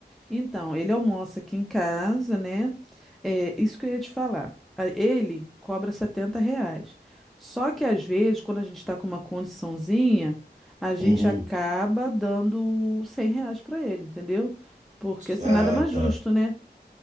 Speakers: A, in the centre; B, on the right.
A: Então, ele almoça aqui em casa, né? É, isso que eu ia te falar. A- Ele cobra 70 reais. Só que às vezes, quando a gente está com uma condiçãozinha, a gente
B: Uhum.
A: acaba dando 100 reais para ele, entendeu? Porque assim,
B: Ah,
A: nada mais
B: tá.
A: justo, né?